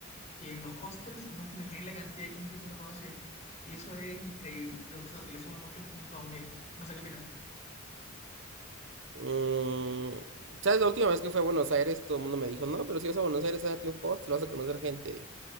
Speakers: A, on the left; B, on the right.
A: que en los hostels no te imaginas la cantidad de gente que uno conoce. Y eso es increíble. Creo que eso le suma muchos puntos a un viaje. No sé qué opinas.
B: Mm, ¿sabes? La última vez que fui a Buenos Aires, todo el mundo me dijo, no, pero si vas a Buenos Aires, hágate un hostel, vas a conocer gente.